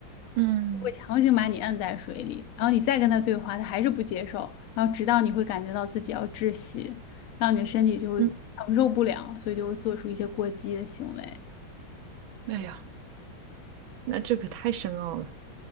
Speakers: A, on the right; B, on the left.
A: 嗯
B: 会强行把你摁在水里，然后你再跟他对话，他还是不接受，然后直到你会感觉到自己要窒息，然后你的身体就会承受不了，
A: 嗯，
B: 所以就会做出一些过激的行为。
A: 哎呀，那这可太深奥了。